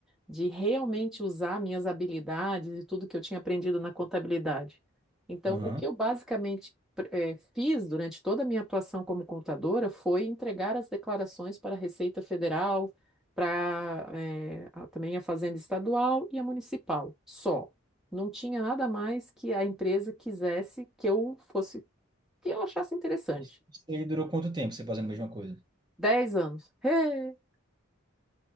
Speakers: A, in the centre; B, on the right.
A: de realmente usar minhas habilidades e tudo que eu tinha aprendido na contabilidade. Então,
B: Aham.
A: o que eu basicamente pr- eh, fiz durante toda a minha atuação como contadora foi entregar as declarações para a Receita Federal, para eh, a- também a Fazenda Estadual e a Municipal, só. Não tinha nada mais que a empresa quisesse que eu fosse, que eu achasse interessante.
B: Isso isso aí durou quanto tempo você fazendo a mesma coisa?
A: Dez anos. Hey!